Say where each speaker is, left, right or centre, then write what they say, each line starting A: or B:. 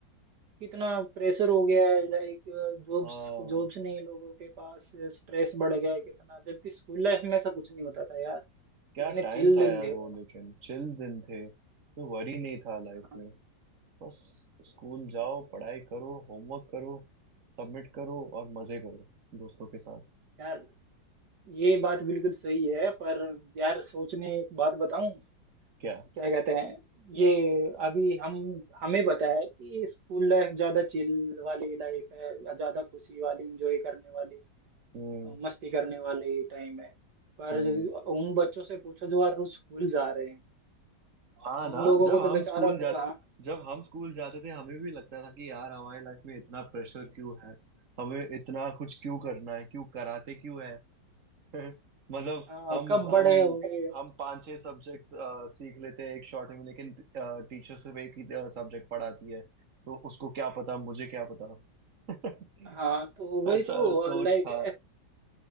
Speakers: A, on the right (about 65°); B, on the right (about 45°).
A: कितना प्रेशर हो गया है लाइक जॉब्स
B: हाँ
A: जॉब्स नहीं है लोगों के पास स्ट्रेस बढ़ गया है कितना जबकि स्कूल लाइफ में ऐसा कुछ नहीं होता था यार
B: क्या
A: कितने
B: टाइम
A: चिल
B: था
A: दिन
B: यार
A: थे
B: वो
A: वो
B: लेकिन चिल दिन थे कोई वरी नहीं था लाइफ
A: हाँ,
B: में बस स्कूल जाओ
A: हाँ,
B: पढ़ाई करो होमवर्क करो सबमिट करो और मजे करो दोस्तों के साथ
A: यार ये बात बिल्कुल सही है पर यार सोचने एक बात बताऊं
B: क्या
A: क्या कहते हैं ये अभी हम हमें पता है कि स्कूल लाइफ ज्यादा चिल वाली लाइफ है या ज्यादा खुशी वाली इंजॉय करने वाली
B: हम्म
A: मस्ती करने वाली टाइम है पर
B: हम्म
A: उन बच्चों से पूछो जो हर रोज स्कूल जा रहे हैं
B: हाँ
A: उन
B: ना
A: लोगों
B: जब
A: को तो
B: हम
A: बेचारों
B: स्कूल
A: को
B: जा
A: हाँ
B: जब हम स्कूल जाते थे हमें भी लगता था कि यार हमारी लाइफ में इतना प्रेशर क्यों है हमें इतना कुछ क्यों करना है क्यों कराते क्यों है <laughs> मतलब
A: हाँ
B: हम
A: कब
B: हम
A: बड़े होंगे
B: हम पांच छह सब्जेक्ट्स सीख लेते हैं एक शॉर्ट में लेकिन टीचर सिर्फ एक ही सब्जेक्ट पढ़ाती है तो उसको क्या पता मुझे क्या पता <laughs>
A: हाँ तो वही
B: ऐसा
A: तो
B: सोच
A: लाइक
B: था